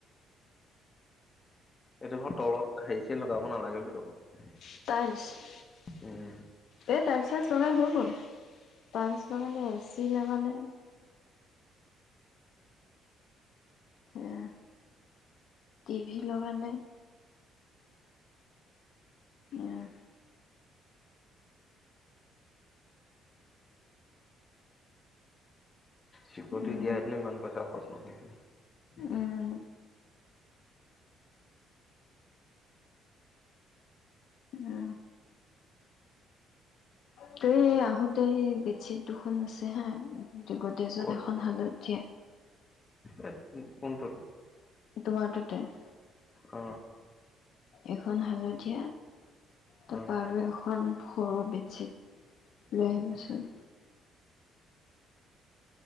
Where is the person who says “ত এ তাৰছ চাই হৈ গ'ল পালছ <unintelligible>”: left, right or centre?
Left